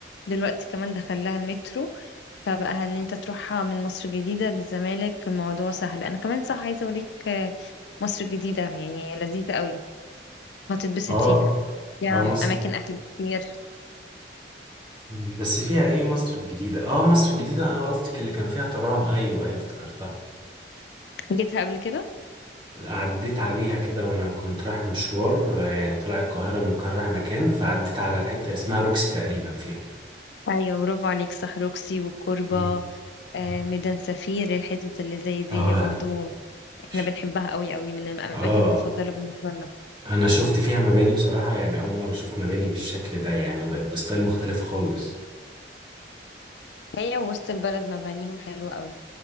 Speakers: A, on the left (about 75°); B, on the right (about 25°).
A: دلوقتي كمان دخل لها المترو فبقى ان انت تروحها من مصر الجديدة للزمالك الموضوع سهل انا كمان صح عايزة اوريك آه، مصر الجديدة يعني لذيذة قوي هتتبسط
B: اه
A: فيها فيها
B: اه مصر
A: اماكن اكل كتير
B: مم. بس فيها ايه مصر الجديده اه مصر الجديده اه قصدك اللي كان فيها ترام ايوه ايوه افتكرتها
A: جيتها قبل كده
B: عديت عليها كده وانا كنت رايح مشوار آه، يعني طلع القاهره من القاهره رايح مكان فعديت على الحته اسمها روكسي تقريبا فيها
A: ايوه برافو عليك صح روكسي والكوربة
B: مم.
A: آه،
B: مم.
A: ميدان سفير الحتت اللي زي دي
B: اه
A: برضو احنا
B: ش-
A: بنحبها قوي قوي من الاماكن
B: اه
A: المفضلة بالنسبة لنا
B: انا شفت فيها مباني بصراحه يعني اول مره اشوف مباني بالشكل ده يعني بقت بستايل مختلف خالص
A: هي وسط البلد مبانيهم حلوة قوي